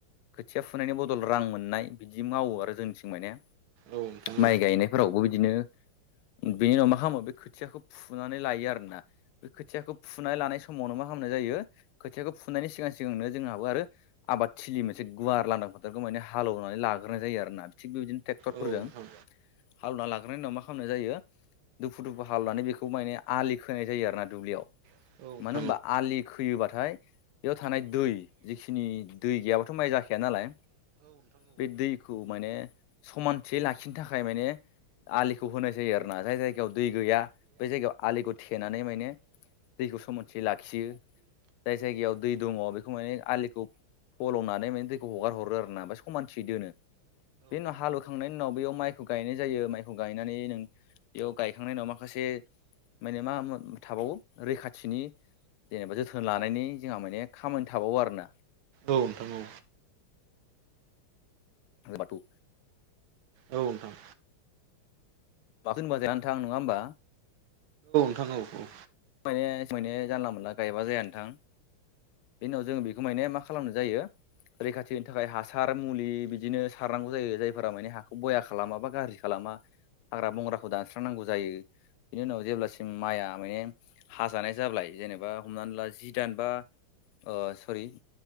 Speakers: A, on the left; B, on the right.
A: खोथिया फुनायनि बदल रां मोननाय बिदि मावो आरो जोंनिथिं माने
B: औ नोंथां औ
A: माइ गायनायफोरावबो बिदिनो बिनि उनाव माख हामो बे खोथियाखौ फु फुनानै लायो आरोना बे खोथियाखौ फुनाय लानाय समावनो मा खालामनाय जायो खोथियाखौ फुनायनि सिगां सिगां नोंनो जोंहाबो आरो आबाद थिलि मोनसे गुवार लांदां फोथारखौ माने हालेवनानै लाग्रोनाय जायो आरोना थिग बेबायदिनो ट्रेक्टरफोरजों
B: औ नोंथां औ नोंथां औ नोंथां औ नोंथां औ नोंथां औ नोंथां औ नोंथां
A: हालवना लाग्रनायनि उनाव मा खालामनाय जायो दुफु दुफु हालान बेखौ माने आलि खोनाय जायो आरोना दुब्लियाव
B: औ औ नोंथां औ नोंथां औ नोंथां
A: मानो होमबा आलि खोयोबाथाय बेयाव थानाय दै जिखिनि दै गैयाबाथ' माइ जाखाया नालाय बे दैखौ माने चमानथियै लाखिनो थाखाय माने आलिखौ होनाय जायो आरोना जाय जायगायाव दै गैया आ बै जायगायाव आलिखौ थेनानै माने दैखौ सोमोनथिआय लाखियो जाय जायगायाव दै दङ बेखौ माने आलिखौ फल'नानै बेनि दैखौ हगार हरो आरो ना समानथियै दोनो। बे उनाव हालौवखांनायनि उनाव बेयाव माइखौ गायनाय जायो माइखौ गायनानै नों बेयाव गायखां ओ माखासे माने मा मो थाबावो रैखाथिनि जेनेबा जोथोन लानायनि जोंहा माने खामोन थाबावो आरोना।
B: औ नोंथां औ।
A: ओ बाथौ
B: औ नोंथां।
A: माखो होनबा जायाथां नङा होमबा?
B: थागौ औ
A: माने मोने जानला मोनला गायबा जाया नोंथां बे उनाव जों बेखौ माने मा खालामनो जायो रैखाथि होनो थाखाय हासार मुलि बिदिनो सारनांगौ जायो जायफोरा माने हाखौ बया खालामाबा गाज्र दि खालामा हाग्रा बंग्राखौ दानस्रांनांगौ जायो बिनि उनाव जेब्लासिम माइआ मोए हाजानाय जाब्लाय जेनेबा हमनानै ला जि दान बा ओ सोरि